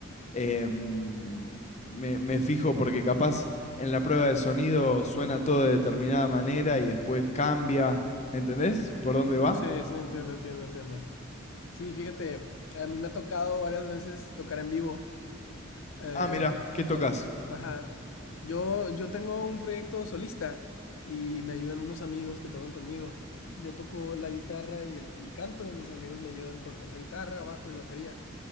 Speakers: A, on the left (about 35°); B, on the left (about 80°).
A: em, me, me fijo porque capaz en la prueba de sonido suena todo de determinada manera y después cambia. ¿Entendés? ¿Por dónde va?
B: Sí, sí, entiendo, entiendo, entiendo. Sí, fíjate, a mí me ha tocado varias veces tocar en vivo eh,
A: Ah, mirá, ¿qué tocas?
B: con, ajá. Yo, yo tengo un proyecto solista y me ayudan unos amigos que tocan conmigo. Yo toco la guitarra y, el- y canto y mis amigos me ayudan con otra guitarra, bajo y batería.